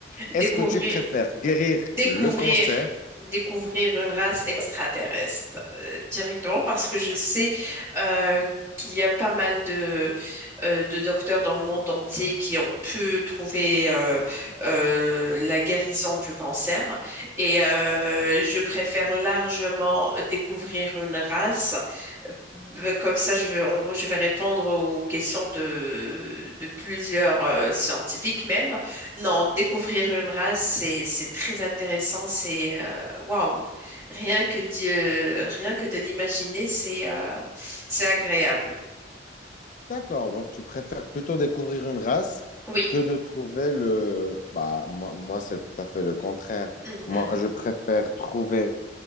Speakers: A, on the right; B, on the left.
A: Découvrir.
B: Est-ce que tu préfères guérir
A: découvrir,
B: le cancer?
A: découvrir une race extraterrestre euh, directement parce que je sais euh, qu'il y a pas mal de, euh, de docteurs dans le monde entier qui ont pu trouver euh, euh, la guérison du cancer. Et euh, je préfère largement découvrir une race. Euh, bah, Comme ça, je vais, on- je vais répondre aux questions de, de plusieurs euh, scientifiques même. Non, découvrir une race, c'est c'est très intéressant. C'est euh, waouh, rien que Dieu, rien que de l'imaginer, c'est euh, c'est agréable.
B: D'accord, donc tu préfères plutôt découvrir une race
A: Oui,
B: que de trouver le... Bah, moi, moi, c'est tout à fait le contraire.
A: Mhm.
B: Moi, je préfère trouver